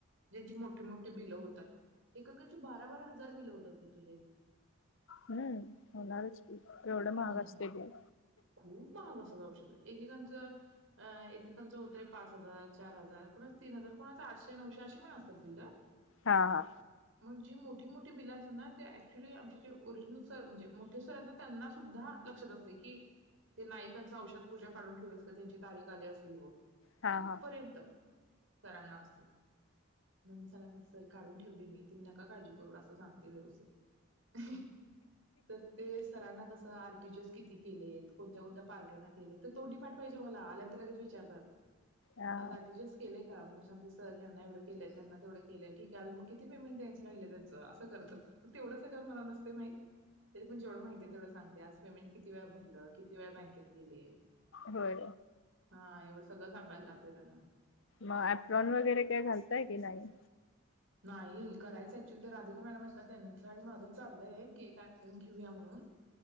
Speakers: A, on the right (about 65°); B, on the left (about 65°).
A: ज्यांची मोठी मोठी बिलं होतात एककांची बारा बारा हजार बिलं होतात ऋतूजा
B: हम्म होणारच एवढं महाग
A: हं.
B: असते ते
A: खूप महाग असतात औषध एकेकांच अ एकेकांच होतय पाच हजार चार हजार कुणा तीन हजार कोणाचं आठशे नऊशे अशी पण असतात. बिल
B: हा हा
A: म्हणजे मोठी मोठी बिल आसतात ना ऍक्च्युली आमचे जे ओरिजनल सर म्हणजे मोठे सर आहेत ना त्यांना सुद्धा लक्षात असतय की, ते नाईकांचा औषध पूजा काढून ठेवलीस का त्यांची तारीख आली असेल बग.
B: हा
A: इथपर्यंत
B: हा
A: सरांना असं मग मी सरां सर काढून ठेवले मी तुम्ही नका काळजी करू असं सांगते व्यवस्थित तर ते सरांना कस आर टीजर्स किती केलेत? कोणत्या कोणत्या पार्ट्याना केले तर तोंडी पाठ पाहिजेत मला आल्यांत तर लगेच विचारतात.
B: हा
A: आज आर टी जी एस केले का मग सांगतोय सर यांना एवढं केलय त्यांना तेवढं केलंय ठीक आहे अजून मग किती पेमेंट द्यायचं राहिलय त्यांच असं करतात. तेवढं सगळं मला नसतय माहीत तरी पण जेवढ माहितीये तेवढं सांगते. आज पेमेंट किती वेळा भरल किती वेळा बँकेत गेले.
B: होय
A: हा एवढं सगळं सांगायला लागतय त्यांना
B: मग अप्रॉन वगैरे काय घालताय की नाही
A: नाही करायचं ऍक्च्युली तर राधिका मॅडम आहेत ना त्यांच आणि माझं चाललंय एक ॲप्रॉन घेऊया म्हणून